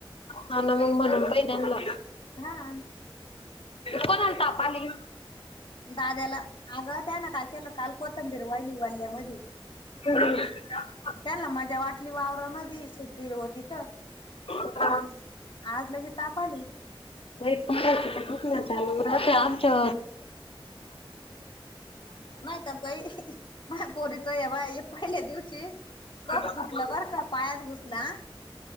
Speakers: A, on the left; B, on the left.
A: हा ना मग म्हणून <unintelligible> पाहि नला
B: हा.
A: कोणाला ताप आली.
B: दाद्याला अग त्यान का केलं काल कोथंबीर वाहिली वल्ल्यामध्ये.
A: हम् <inaudible>
B: त्यांला मजा वाटली वावरामध्ये सुट्टी होती तर
A: हा <unintelligible>
B: आज लगे ताप आली.
A: <unintelligible> आमच्या
B: नाय तर बाई, माया पोरीचा हे पहा पहिल्या दिवशी कप
A: चालू
B: फुटलं बर का पायात घुसला